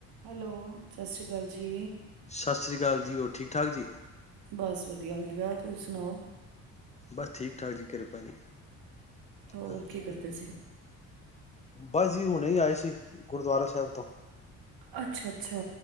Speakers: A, on the right (about 65°); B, on the left (about 20°).
A: Hello ਸਤਿ ਸ਼੍ਰੀ ਗੱਲ ਜੀ,
B: ਸਤਿ ਸ੍ਰੀ ਅਕਾਲ ਜੀ ਹੋਰ ਠੀਕ ਠਾਕ ਜੀ,
A: ਬਸ ਵਧੀਆ ਵਧੀਆ ਤੁਸੀਂ ਸੁਣਾਓ।
B: ਬਸ ਠੀਕ ਠਾਕ ਜੀ ਕਿਰਪਾ ਜੀ,
A: ਹੋਰ
B: ਹਾਂਜੀ
A: ਕੀ ਕਰਦੇ ਸੀ।
B: ਬਸ ਜੀ ਹੁਣੇ ਹੀ ਆਏ ਸੀ ਗੁਰਦੁਆਰਾ ਸਾਹਿਬ ਤੋਂ,
A: ਅੱਛਾ-ਅੱਛਾ,